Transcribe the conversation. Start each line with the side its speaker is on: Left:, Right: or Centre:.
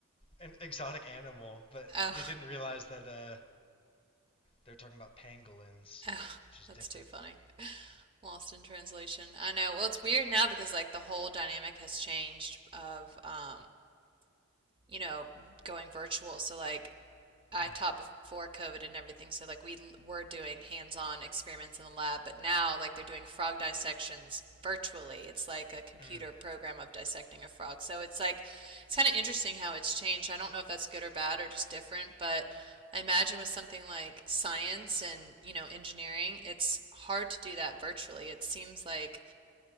Left: an exotic animal, but
Right: Oh.
Left: they didn't realize that uh they're talking about pangolins,
Right: Oh,
Left: which is
Right: that's
Left: different.
Right: too funny. <laughs> Lost in translation. I know. Well, it's weird now because like the whole dynamic has changed of um, you know, going virtual. So like I
Left: Mm,
Right: taught before COVID and everything, so like we l- were doing hands-on experiments in the lab, but now like they're doing frog dissections virtually. It's like a computer
Left: mm,
Right: program of dissecting a frog. So it's like it's kind of interesting how it's changed. I don't know if that's good or bad or just different, but I imagine with something like science and, you know, engineering, it's hard to do that virtually. It seems like